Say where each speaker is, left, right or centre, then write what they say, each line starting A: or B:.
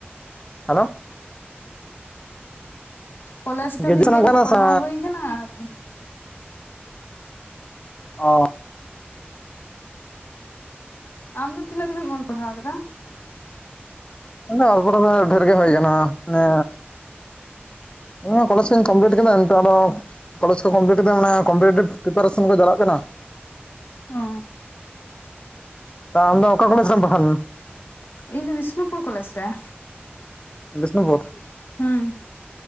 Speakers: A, on the left; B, on the left.
A: ᱦᱮᱞᱳ ᱾
B: ᱠᱚᱞᱮᱡᱽ ᱫᱷᱟᱹᱵᱤᱡ
A: ᱜᱨᱮᱡᱩᱭᱮᱥᱚᱱ
B: ᱜᱮᱠᱚ
A: ᱮᱢ ᱠᱟᱫᱟ
B: ᱯᱟᱲᱦᱟᱣ
A: ᱥᱮ
B: ᱦᱩᱭ ᱟᱠᱟᱱᱟ ᱟᱨ
A: ᱚ ᱾
B: ᱟᱢ ᱫᱚ ᱛᱤᱱᱟᱹᱜ ᱫᱷᱟᱵᱤᱢ ᱚᱞ ᱯᱟᱲᱦᱟᱣ ᱟᱠᱟᱫᱟ?
A: ᱢᱟᱱᱮ ᱚᱞ ᱯᱟᱲᱦᱟᱣ ᱫᱚ ᱰᱷᱮᱨ ᱜᱮ ᱦᱩᱭ ᱠᱟᱱᱟ ᱢᱟᱱᱮ ᱤᱧ ᱦᱚᱸ ᱠᱚᱞᱮᱡᱽ ᱠᱚᱧ ᱠᱚᱢᱯᱞᱤᱴ ᱠᱮᱫᱟ ᱱᱤᱛᱚᱜ ᱟᱫᱚ ᱠᱚᱞᱮᱡᱽ ᱠᱚ ᱠᱚᱢᱯᱞᱤᱴ ᱠᱟᱛᱮ ᱢᱟᱱᱮ ᱠᱚᱢᱯᱤᱴᱮᱴᱤᱵᱷ ᱯᱨᱤᱯᱟᱨᱮᱥᱚᱱ ᱠᱚ ᱪᱟᱞᱟᱜ ᱠᱟᱱᱟ ᱾
B: ᱚᱸ ᱾
A: ᱛᱟ ᱟᱢᱫᱚ ᱚᱠᱟ ᱠᱚᱞᱮᱡᱽ ᱨᱮᱢ ᱯᱟᱲᱦᱟᱣ ᱞᱮᱱᱟ?
B: ᱤᱧ ᱫᱚ ᱵᱤᱥᱱᱩᱯᱩᱨ ᱠᱚᱞᱮᱡᱽ ᱨᱮ ᱾
A: ᱵᱤᱥᱱᱩᱯᱩᱨ?
B: ᱦᱮᱸ,